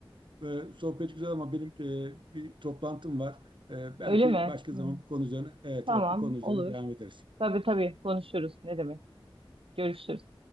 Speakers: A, on the right; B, on the right.
A: e, sohbet güzel ama benim e, bir toplantım var. E, belki
B: Öyle mi?
A: başka
B: Hı.
A: zaman bu konu üzerine evet,
B: Tamam,
A: evet bu konu üzerine
B: olur.
A: devam ederiz.
B: Tabii tabii konuşuruz. Ne demek? Görüşürüz.